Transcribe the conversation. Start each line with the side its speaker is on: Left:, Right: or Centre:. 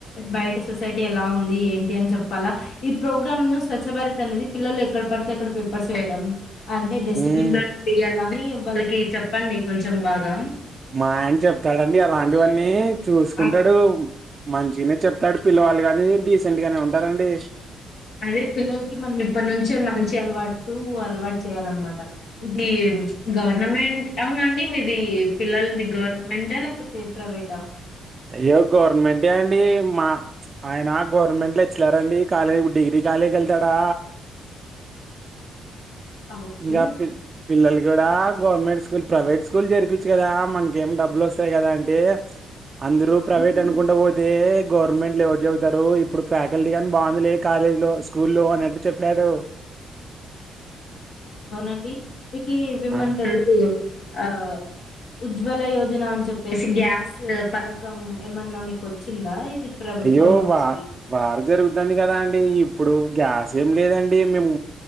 Left: బయట సొసైటీ ఎలా ఉంది ఏంటి అని చెప్పాలా ఈ ప్రోగ్రామ్ ను స్వచ్ భారత్ అనేది పిల్లలు ఎక్కడ పడితే అక్కడ పేపర్స్ వేయడం. అంటే డస్ట్బిన్
Right: ఉమ్
Left: లో వయాలని వాళ్ళకి చెప్పండి కొంచెం బాగా
Right: మాయన చెప్తాడండి అలాంటివన్నీ చూసుకుంటాడు
Left: అ
Right: మంచిగానే చెప్తాడు పిల్లవాళ్ళ కాగాని డీసెంట్ గానే ఉంటారండి
Left: అదే పిల్లలకి మనం ఇప్పటి నుంచే మంచి అల్వాటు అల్వాట్టు చెయాలన్నమాట ఇది గవర్నమెంట్ అవునండి మీది పిల్లలది గవర్నమెంటా లేకపోతే ప్రైవేటా
Right: అయ్యో గవర్నమెంటే అండి మా ఆయన గవర్నమెంట్లు లెక్చర్ అండి కాలేజ్ డిగ్రీ కాలేజీ వెళ్తాడా
Left: ఓకే
Right: ఇంకా పి పిల్లలు కూడా గవర్నమెంట్ స్కూల్ ప్రైవేట్ స్కూల్ జరిపించు కదా మనక ఏమి డబ్బులు వస్తాయి కదా అంటే అందరూ ప్రైవేట్ అనుకుంటూ పోతే గవర్నమెంట్లు ఎవరు చదువుతారు ఇప్పుడు ఫ్యాకల్టీ కూడా బాగుందిలే కాలేజీలో స్కూల్లో అనేట్టు చెప్పాడు
Left: అవునండి కి విమంట
Right: ఆ
Left: ఆ ఉజ్వల యోజన అని చెప్పేసి గ్యాస్ పథకం ఏమన్నా మీకు వచ్చిందా ఇది ప్రభుత్వం
Right: అయ్యో
Left: నుంచి
Right: వా వారు జరుగుతుంది కదా అండి ఇప్పుడు గ్యాస్ ఏం లేదండి మేము